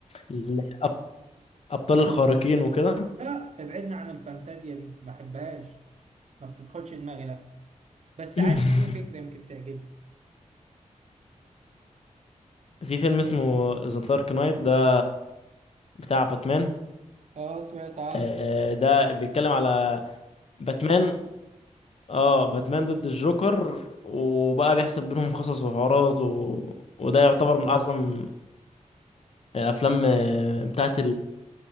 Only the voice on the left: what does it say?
الابطال الخارقين وكده
<laughs>
في فيلم اسمه ذا دارك نايت ده بتاع باتمان
آه، ده بيتكلم على باتمان اه باتمان ضد الجوكر وبقى بيحسب بينهم قصص وحوارات و... وده يعتبر من اعظم افلام آه، بتاعت